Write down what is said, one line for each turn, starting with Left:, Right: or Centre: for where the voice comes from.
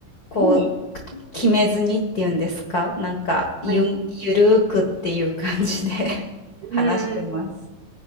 Left: こう、
Right: はい、
Left: 決めずにっていうんですか、なんか、ゆ、
Right: はい、
Left: ゆるーくっていう感じで <laughs> 話してます。
Right: うん。